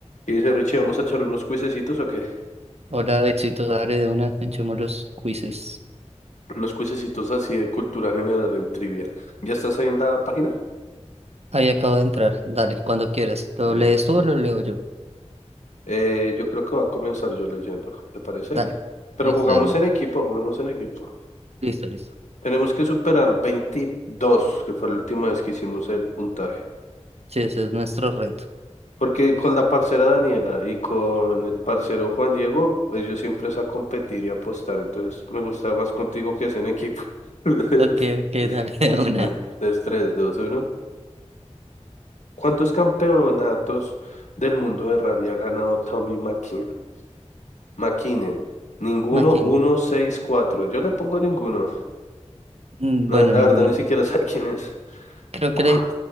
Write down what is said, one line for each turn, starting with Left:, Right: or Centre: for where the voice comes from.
Left: ¿Qué dice Richie? ¿Vamos a echar unos cuisecitos o qué? <clears throat>
Right: Hola, Betsito, dale de una, echemos los quizzes.
Left: Unos cuisecitos así de cultura general en trivia. ¿Ya estás ahí en la página?
Right: Ahí acabo de entrar, dale, cuando quieras. ¿Lo
Left: Breve.
Right: lees tú o lo leo yo?
Left: Eh, yo creo que va a comenzar yo leyendo, ¿te parece?
Right: Dale,
Left: Pero
Right: listo
Left: jugamos
Right: de una.
Left: en equipo, jugamos en equipo.
Right: Listo, listo.
Left: Tenemos que superar 22, que fue la última vez que hicimos el puntaje.
Right: Sí, ese es nuestro reto.
Left: Porque con la parcera Daniela y con el parcero Juan Diego, ellos siempre es a competir y apostar. Entonces me gusta más contigo que es en equipo. <laughs>
Right: Ok, ok, <laughs> dale de una.
Left: Dale, 3, tres dos uno. ¿Cuántos campeonatos del mundo de rally ha ganado Tommy McKin- McKinnon? Ninguno,
Right: Máquina.
Left: uno, seis, cuatro. Yo le pongo ninguno.
Right: Mm,
Left: No,
Right: Bueno,
Left: la
Right: ninguno.
Left: verdad ni siquiera <laughs> sé quién es.
Right: Creo que
Left: Ua,
Right: le,